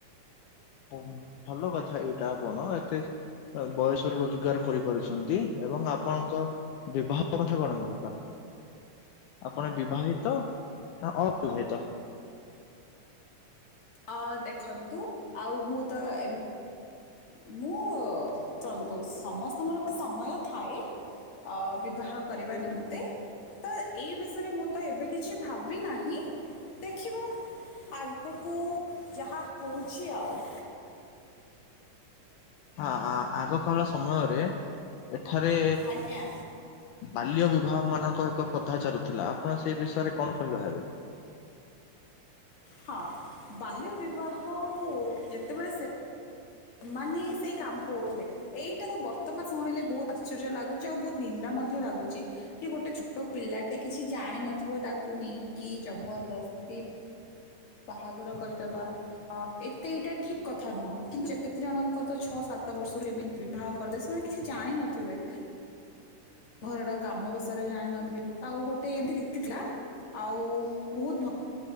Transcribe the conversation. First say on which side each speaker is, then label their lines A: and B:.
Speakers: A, on the left; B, on the left.
A: ହ ଭଲ କଥା ଏଇଟା ଆଉ କଣ ଏତେ ବୟସରେ ରୋଜଗାର କରିପାରୁଚନ୍ତି ଏବଂ ଆପଣଙ୍କ ବିିବାହ କଥା କଣ <unintelligible> ଥିଲା? ଆପଣ ବିବାହିତ ନା ଅବିବାହିତ?
B: ଅ ଦେଖନ୍ତୁ ଆଉ ମୁଁ ତ ଏମ୍ ମୁଁ ଚନ୍ତୁ ସମସ୍ତଙ୍କର ଗୋଟେ ସମୟ ଥାଏ ଅ ବିବାହ କରିବା ନିମନ୍ତେ ତ ଏଇ ବିଷୟରେ ମୁଁ ତ ଏବେ କିଛି ଭାବି ନାହିଁ ଦେଖିବା ଆଗକୁ ଯାହା ହୋଉଚି ଆଉ।
A: ଆ ଆ ଆଗକାଳ ସମୟରେ ଏଠାରେ
B: ଆଜ୍ଞା
A: ବାଲ୍ୟ ବିବାହ ମାନଙ୍କ ଏକ ପ୍ରଥା ଚାଲୁଥିଲା ଆପଣ ସେଇ ବିଷୟରେ କଣ କହିବା ହେବେ?
B: ହଁ ବାଲ୍ୟ ବିବାହ କୁ ଯେତେବେଳେ ସେ ମାନେ ସେଇ କାମ କରୁଥିଲେ ଏଇଟା ତ ବର୍ତ୍ତମାନ ଶୁଣିଲେ ବହୁତ ଆଶ୍ଚର୍ଯ୍ୟ ଲାଗୁଚି ଆଉ ବହୁତ ନିନ୍ଦା ମଧ୍ୟ ଲାଗୁଚି। କି ଗୋଟେ ଛୋଟ ପିଲାଟେ କିଛି ଜାଣିିନଥିବ ତାକୁ ନେଇକି ଜବରଦସ୍ତି ବାହାଘର କରିଦେବା ଅ ଏତେ ଏଇଟା ଠିକ କଥା ନୁହଁ କିନ୍ତୁ କେତେ ଜଣଙ୍କ ତ ଛଅ ସାତ ବର୍ଷରୁ ଏମିତି ବିବାହ କରିଦେବେ ସେମାନେ କିଛି ଜାଣିନଥିବେ। ଘରର କାମ ବିଷୟରେ ଜାଣି ନଥିବେ ଆଉ ଗୋଟେ ଏମତି ରୀତି ଥିଲା ଆଉ ବହୁତ୍ ଭଲ